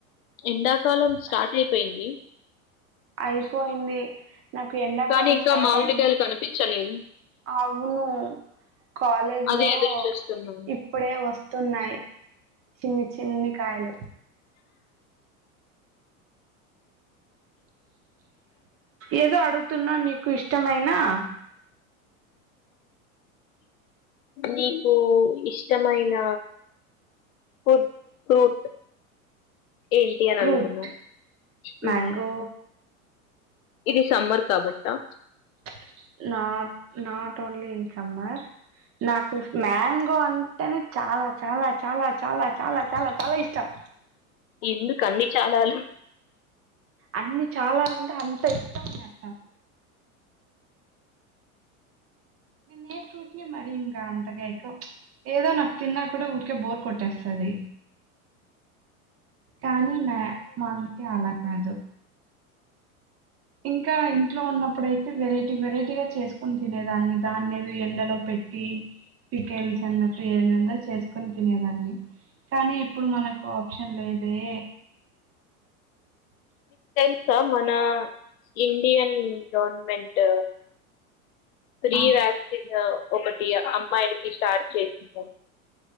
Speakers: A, on the left; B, on the right.
A: ఎండాకాలం స్టార్ట్
B: పర్లేదు
A: అయిపోయింది
B: అయిపోయింది నాకు ఎండాకాలం
A: కానీ ఇంకా
B: స్టార్ట్
A: మామిడికాయలు
B: అవ్వు
A: కనిపించలేదు
B: అవును కాలేజ్
A: అదే
B: లో
A: ఎదురు చూస్తున్నాను
B: ఇప్పుడే వస్త తున్నాయి చిన్ని చిన్ని కాయలు ఏదో అడుగుతున్నా నీకు ఇష్టమైనా ఆ
A: నీకు ఇష్టమైన ఫుడ్ ఫ్రూట్ ఏంటి అని
B: ఫ్రూట్
A: అడుగుతున్నాను హమ్
B: మ్యాంగో
A: ఇది సమ్మర్ కాబట్టా
B: ప్చ్ నా నా టోన్లీ ఇన్ సమ్మర్ నాకు మ్యాంగో అంటేనే చాలా చాలా చాలా చాలా చాలా చాలా చాలా ఇష్టం
A: ఎందుకు అన్ని చాలాలు
B: అన్ని చాలాలంటే అంత ఇష్టం అని అర్థం నేను ఏ ఫ్రూట్ ని మరి ఇంకా అంతగా ప్చ్ ఏదో నాకు తిన్నా కూడా ఊరికే బోర్ కొట్టేస్తది కానీ మ్యా మామిడి కాయ్ అల కాదు ఇన్ ఇంకా ఇంట్లో ఉన్నప్పుడుయితే వెరైటీ వెరైటీ గా చేసుకుొని తినేదాన్ని దాన్నిది ఎండలో పెట్టి పికెల్స్ అన్నట్టు ఏ చేసుకొని తినేదాన్ని కానీ ఇప్పుడు మనకు ఆప్షన్ లేదు లే
A: స మనా ఇండియన్ గవర్మెంట్ ఫ్రి
B: ఆ
A: వ్యాక్సిన్ ఒకటి అమ్మాయిలకి స్టార్ట్ చేసింది